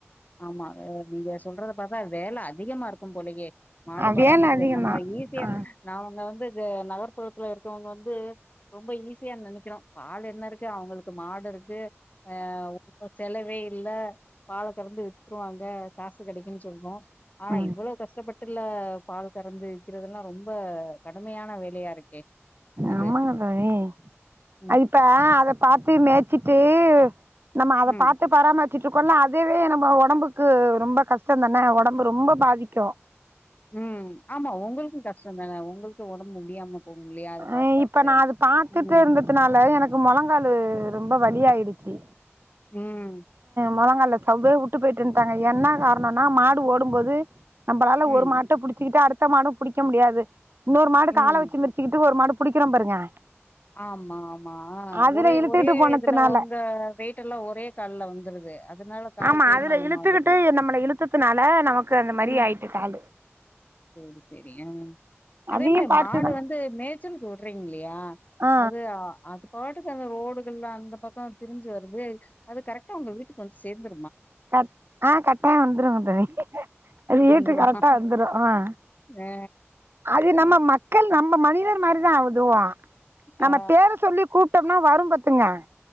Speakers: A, on the left; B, on the right.
A: ஆமா அஹ் நீங்க சொல்றத பாத்தா வேல அதிகமா இருக்கும் போலயே மாடு
B: அ
A: பராமரிக்கிறது
B: வேலை அதிகம்தான்
A: நம்ம ஈசியா
B: ஆ
A: நாங்கலா வந்து பே இப்ப நகர்ப்புறத்துல இருக்கவ்ங்க வந்து ரொம்ப ஈஸியா நெனைக்கிறோ பால் என்ன இருக்கு அவ்ங்களுக் க்கு மாடு இருக்கு ஆஹ் பிகாஸ் செலவே இல்ல பாலு கறந்து வித்ருவாங்க காசு கெடைக்குன் சொல்வோ ஆனா
B: ம்
A: இவ்ளோ கஷ்டப்பட் வீட்டுல பால் கறந்து விறக்கிறதெல்லா ரொம்ப கடுமையான வேலையா இருக்கே உங்கது
B: ஆமாங்க தானே
A: ம்
B: அதுப்ப அத பாத்து மேச்சுட்டு நம்ம அத
A: ம்
B: பாத்து பராமரி வெச்சுட்டு இருக்கோம்ல அதவே நம ஒடம்புக்கு ரொம்ப கஷ்டம் தான ஒடம்பு ரொம்ப பாதிக்கு
A: உம் ஆமா உங்களுக்கு கஷ்டம் தான உங்களுக்கு ஒடம்பு முடியாம போகு இல்லையா அத பாத்து
B: அஹ்
A: பாத்து
B: இப்ப நா அது பாத்துட்டு
A: ம்
B: இருந்ததுனால எனக்கு மெழங்காலு ரொம்ப வழியாயிடுச்சு
A: உம்
B: மெழங்கால்ல சவ்வே விட்டு போயிட்டுன்டாங்க என்ன காரணம்னா மாடு ஓடும்போது நம்மளால
A: ம்
B: ஒரு மாட்ட புடிச்சிகிட்டு அ டுத்த மாடு புடிக்க முடியாது இன்னொரு மாடு
A: ம்
B: கால வெச்சு மிதிச்சுக்கிட்டு ஒரு மாடு புடுக்கிறோ பாருங்க
A: ஆமா ஆமா
B: அதுல
A: ஒரே
B: இழுத்துக்கிட்டு
A: ஒரே
B: போனதுனால
A: இதுல உங்க வெயிட் எல்லா ஒரே கால்ல வந்துருது அதனால கால்
B: ஆமா
A: தேய்மானம்
B: அதுல இழுத்துக்கிட்டு
A: ஆகுது
B: நம்மள இழுத்துத்துனால நமக்கு அந்த மாரி
A: ம்
B: ஆய்ட்டு காலு
A: சேரி சேரி ஆஹ்
B: அதையு
A: அதே மாரி
B: பாத்துதா
A: மாடு வந்து மேச்சலுக்கு விட்டி இல்லியா
B: ஆ
A: அது அது பாட்டுக்கு அந்த ரோடுகள்லாம் அந்த பக்கம் திரிஞ்சு வருது அது கரெக்டா உங்க வீட்டுக்கு வந்து சேர்ந்து
B: க ஆஹ் கரெக்டா வந்துருங்க தோழி அது வீட்டு
A: வந்துருமா
B: கரெக்டா வந்துரும் ஆஹ்
A: ஆ
B: அது
A: சரி.
B: நம்ம மக்கள் நம்ம மனிதன் மாரிதா அதுவு நம்ம
A: ஆ
B: பேர சொல்லி கூப்பி விட்டோம்னா வரும் பாத்துங்க